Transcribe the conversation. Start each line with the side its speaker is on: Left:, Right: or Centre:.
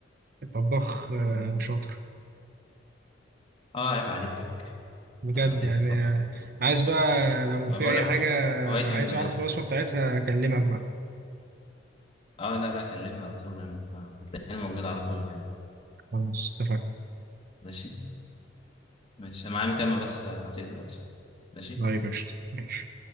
Right: طباخ آه، شاطر
Left: اه عيب عليك
Right: بجد
Left: انا ليه
Right: يعني
Left: في الطبخ
Right: آه، عايز
Left: بحب
Right: بقى لو
Left: ما
Right: في
Left: بقول
Right: أي
Left: لك
Right: حاجة
Left: هوايتي
Right: عايز
Left: من زمان
Right: أعرف الوصفة بتاعتها أكلمك بقى
Left: اه لا لا كلمني على طول انا هتلاقيني موجود على طول يعني
Right: خلاص اتفقنا
Left: ماشي ماشي أنا معايا مكالمة بس آه، هطير دلوقتي ماشي
Right: طيب قشطة ماشي